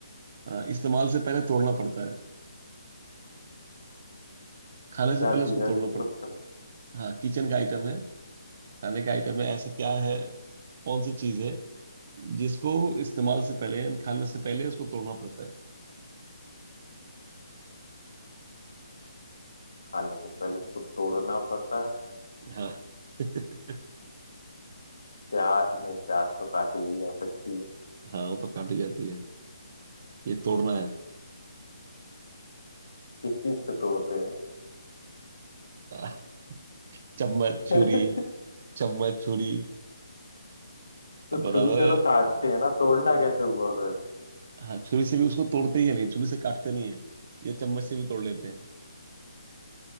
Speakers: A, on the right; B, on the left.
A: अ, इस्तेमाल से पहले तोड़ना पड़ता है खाने
B: क्या
A: से पहले
B: चीज
A: उसको
B: है
A: तोड़ना
B: जिसको
A: पड़ता
B: टक्का
A: है हाँ किचन का आइटम है खाने का आइटम है ऐसा क्या है कौन सी चीज है जिसको इस्तेमाल से पहले यानी खाने से पहले उसको तोड़ना पड़ता
B: खाने से पहले उसको तोड़ना पड़ता है
A: है हाँ <laughs>
B: प्याज नहीं प्याज तो काटी भी जा सकती है
A: हाँ वो तो काटी जाती है ये तोड़ना है
B: किस चीज से तोड़ते हैं
A: हाँ, चम्मच छुरी
B: <laughs>
A: चम्मच छुरी
B: तो
A: अब
B: छुरी
A: बता दो
B: से
A: यार
B: तो काटते हैं ना तोड़ना कैसे हुआ फिर
A: हाँ छुरी से भी उसको तोड़ते ही है नहीं छुरी से काटते नहीं है ये चम्मच से भी तोड़ लेते हैं